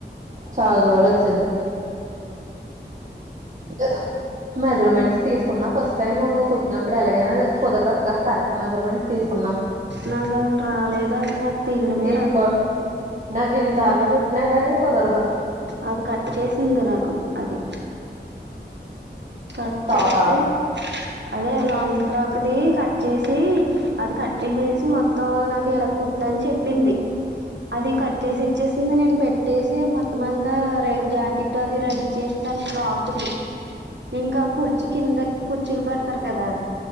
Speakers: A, on the right (about 45°); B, on the right (about 70°).
A: చాల రోజులొచ్చిది ఎదా మెజర్మెంట్స్ తీసుకున్నా ఫస్ట్ టైమ్ కుట్టినప్పుడు ఎలాగైనా కుదరదక్క కరెక్ట్ మెజర్మెంట్స్ తీసుకున్నా.
B: నాకసలు రాలేదండి నాకు తీడమే
A: తీసుకో
B: రాలే.
A: నాకు ఎన్నిసార్లు కుట్టినా కానీ కుదరదు.
B: అది కట్ చేసింది గ నాకు అది కట్
A: తోత
B: చేస్తే అదే లాంగ్ ఫ్రాక్దిి కట్ చేసి, అది కట్ చేససి మొత్తం నాకు ఇలా కుట్ట అని చెప్పింది, అది కట్ చేసి ఇచ్చేసింది నేను పెట్టేసి మొత్ మొత్తమంతా రైల్ జాకెట్ అది రెడీ చేస్తాను ఫ్రాక్దిి. ఇంకా కూర్చి కింద కుచ్చిలు పడతరు కదా.